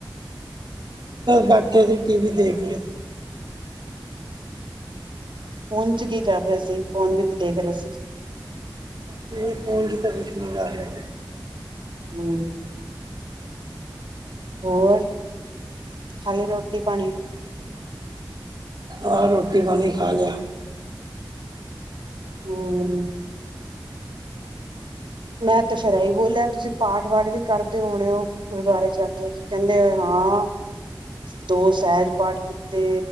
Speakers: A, on the right (about 60°); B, on the right (about 80°).
A: ਫੈਕਟਰੀ ਟੀ ਵੀ ਦੇਖ ਰਹੇ।
B: ਫੋਨ ਚ, ਕੀ ਕਰ ਰਹੇ ਸੀ। ਫੋਨ ਵਿੱਚ ਦੇਖ ਰਹੇ ਸੀ।
A: ਕੋ ਫੋਲ <unintelligible> <inaudible>
B: ਹਮ ਹੋਰ ਖਾਲੀ ਰੋਟੀ ਪਾਣੀ?
A: ਆਹ, ਰੋਟੀ ਪਾਣੀ ਖਾ ਲਿਆ।
B: ਹਮ, ਮੈਂ ਤੇ ਫੇਰ ਇਹੀ ਬੋਲਿਆ, ਤੁਸੀਂ ਪਾਠ- ਵਾਠ ਵੀ, ਕਰਦੇ ਹੋਣੇ ਹੋ? ਗੁਰਦੁਆਰੇ ਜਾ ਕੇ, ਕਹਿੰਦੇ ਹਾਂ, ਦੋ ਸਹਿਜ ਪਾਠ ਕੀਤੇ।